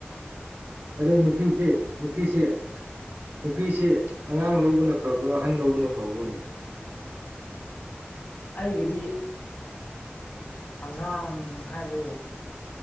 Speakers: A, on the right; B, on the left.
A: ꯑꯔ ꯃꯨꯁꯤꯤꯁ ꯅꯨꯄꯤꯁꯤ ꯅꯨꯄꯤꯁꯤ ꯑꯉꯥꯡ ꯂꯧꯕꯅ ꯐꯕ꯭ꯔꯣ ꯑꯍꯟ ꯂꯧꯕꯅ ꯐꯕ꯭ꯔꯣꯅꯦ
B: ꯑꯩꯒꯤꯗꯤ ꯑꯉꯥꯡ ꯍꯥꯏꯕ